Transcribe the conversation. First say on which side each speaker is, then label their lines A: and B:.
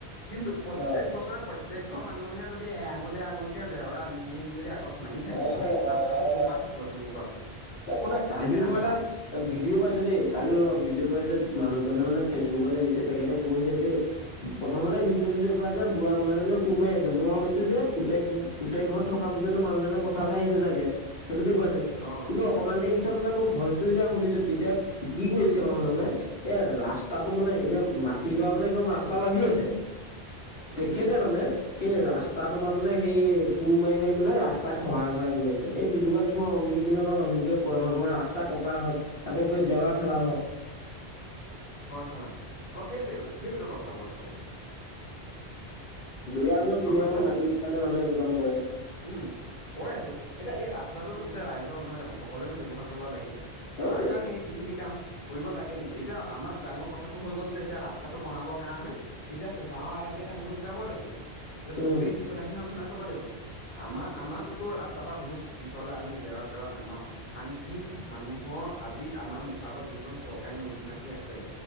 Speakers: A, on the left; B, on the left.
A: কিন্তু প্ৰত্যয়েক
B: অ', অ',
A: বছৰে প্ৰত প্ৰত্যেকঘৰ মানুহে যদি এআঙুল এআঙুলে জেওৰা আনি-আনি-আনি যদি আগত মাৰি থাকে
B: অ', হয়
A: ৰাস্তাটো
B: হয়
A: ক'ৰ পৰা থাকিব তুমি কোৱাচোন?
B: অ শুনা কালি
A: এতিয়া
B: মই
A: আমাৰ
B: এটা ভিডিঅ' পাইছোঁ দেই কালি ৰ'বা ভিডিঅ' পাইছোঁ মানুহজনে মানে ফেচবুকতে দিছে তেখেতে কৈছে যে প্ৰথমতে ভিডিঅটো দেখুৱাইছে বুঢা মানুহজনে কোৰ মাৰি আছে মই ভাবিছো যে পুতেক-পুতেকত থকাৰ পিছতো মানুহজনে পথাৰ আহিচে চাগে, হেতো দেখুৱাইছে।
A: অ',
B: কিন্ত অকমান দেৰি পিছত
A: অ',
B: মানে মই ভই যেতিয়া শুনিছোঁ, তেতিয়া কি কৰিছে মানুহজনে এ ৰাস্তাটো মানে এতিয়া মাটিডৰা মানে একদম ৰাস্তা লাগি আছে।
A: লাগি
B: তেখেতে
A: আছে
B: মানে
A: অ',
B: সেই ৰাস্তাটো বা মানে সেই কোৰ মাৰি-মাৰি মানে ৰাজ তাক সহায় কৰাই গৈ আছে এই তেনেকা কিছুমান অনীতি কি আৰ মানুহবোৰকে কয় নহয় তোমাৰ ৰাস্তা কটা হক আকৌ কৈ জেওৰা ঠেলাৰ হওঁক।
A: হয়, হয়। অ', সেইটোৱে-সেইটোৱে টো কথাবোৰ আচলতে।
B: দুই আঙুৰ তিনি
A: গম পাইছা
B: আঙুৰ
A: নাই?
B: মাটিৰ কাৰণে মানুহে এইবোৰ কাম কৰে।
A: উম, কৰেটো এতিয়া এই ৰাস্তাটোতো গোটেই ৰাইজৰ নহয় জানো সকলোৱো ব্যৱহাৰ কৰিব লাগিব।
B: সেইটোৱে।
A: তাৰ কাৰণে ইখিনি কাম কৰিব লাগে নেকি এতিয়া আমাৰ ডাঙৰ কথাটো হৈ গ'ল যে এতিয়া ৰাস্তাটো বনাবৰ কাৰণে এতিয়া গাঁৱৰ ৰাইজে এতিয়া মানুহ গোটাব লাগিব, যে
B: উম
A: চবেই সেই কথাখিনি আলোচনা কৰিব লাগিব। আমাৰ-আমাৰ তো-তো ৰাস্তা পা বহুত পিছলে আমি জেওৰা চেওৰা নামাওঁ। আনকি মানুহৰ আজি আমাৰ মুখ আগত যোনখন চৰকাৰী নদী মাটি আছে।